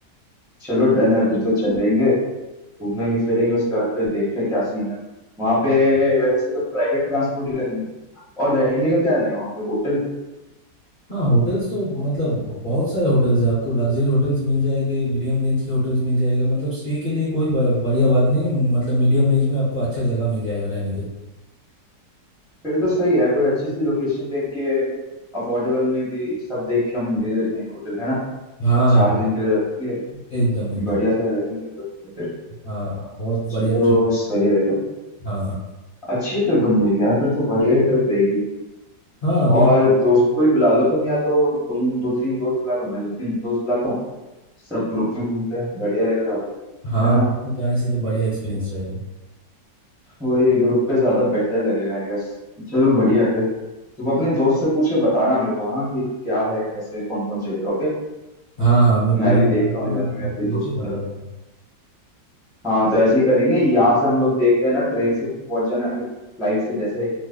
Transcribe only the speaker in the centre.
चलो डन है फिर तो चलेंगे घूमेंगे फिरेंगे उसके बाद फिर देखते हैं क्या सीन है वहां
पे वैसे तो प्राइवेट ट्रांसपोर्ट ही रखेंगे और रहने का क्या रहेगा वहां पे होटल
फिर तो सही है कोई अच्छी सी लोकेशन देख के अफोर्डेबल में भी सब देख के हम ले लेते हैं एक होटल है ना
चार
दिन के लिए रखेंगे
बढ़िया से रहेंगे तो फिर
चलो
सही रहेगा
अच्छी ट्रिप बन गई यार फिर तो बढ़िया ही ट्रिप रहेगी
और दोस्तों को भी बुला लो तुम या तो तुम दो तीन दोस्त बुला लो मैं दो तीन दोस्त बुलाता हूँ सब ग्रुप में घूमते हैं बढ़िया रहेगा ज्यादा
है ना
वही ग्रुप पे ज्यादा बेटर लगेगा आई गेस चलो बढ़िया है फिर तुम अपने दोस्त से पूछ के बताना मेरे को हाँ कि क्या है कैसे कौन कौन चलेगा ओके
मैं
भी
देखता हूँ इधर
में मेरा कोई दोस्त
है
हाँ तो ऐसे ही करेंगे यहाँ से हम लोग देख रहे हैं ना ट्रेन से पहुंच जाना है, फिर फ्लाइट से जैसे